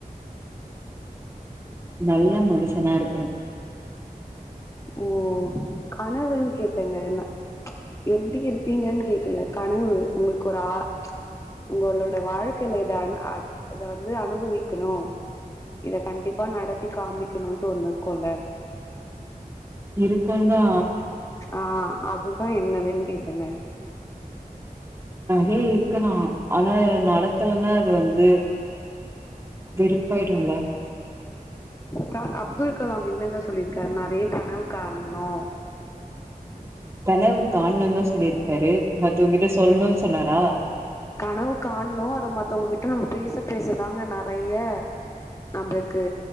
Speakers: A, on the right; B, on the left.
A: நல்ல மனுஷனா இருக்கணு
B: ஓ கனவுன்னு கேட்டங்க என்ன எப்டி இருப்பீங்கன்னு கேக்கல கனவு உங்களுக்கு ஒரு ஆ உங்களோட வாழ்க்கைல இத இத வந்து அனுபவி க்கணு இத கண்டிப்பா நடத்தி காமிக்கனுன்ட்டு ஒண்ணு இருக்குல
A: இருக்குந்தா
B: ஆ அதுதா என்னதுன்னு கேட்ட நானு
A: நெறைய இருக்கு நா ஆனா நடக் க்கலனா அது வந்து வெருப்பாய்டுல
B: கா அப்துல் கலாம் என்னங்க சொல்லிருக்காரு நெறைய கனவு காணணு
A: கனவு காண்ணுன்தா சொல்லிருக்காரு மத்தவங்கிட்ட சொல்லணும்னு சொன்னாரா
B: கனவு காணணு அத மத்தவங்ககிட்ட நம்ம பேச பேசதாங்க நெறைய நம்ளுக்கு